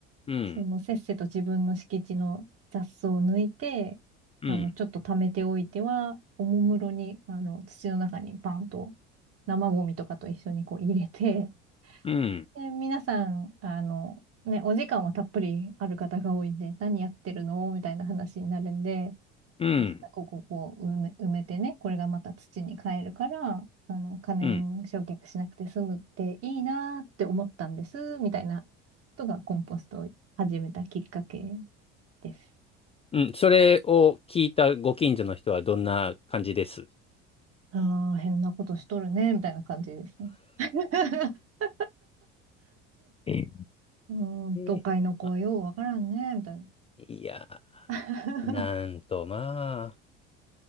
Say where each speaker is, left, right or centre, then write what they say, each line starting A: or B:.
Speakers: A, on the left; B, on the right.
A: うん、
B: そのせっせと自分の敷地の雑草を抜いて、
A: うん、
B: あの、ちょっと貯めておいては、おもむろに、あの、土の中にバンと生ゴミとかと一緒にこう入れて、
A: うん、
B: で、皆さん、あの、ね、お時間はたっぷりある方が多いんで、何やってるのみたいな話になるんで、
A: うん、
B: 実はここをこう埋め、埋めてね、これがまた土に変えるから、あの、可燃焼却しなくて済むっていいなーって思ったんです、
A: うん。
B: みたいなことがコンポストを始めたきっかけです。
A: うん、それを聞いたご近所の人はどんな感じです
B: ああ、変なことしとるね、みたいな感じですね。<laughs>
A: え
B: うーん、都会の子はようわからんね、
A: えまあ
B: みたいな。
A: いや、
B: <laughs>
A: なんと、まあ、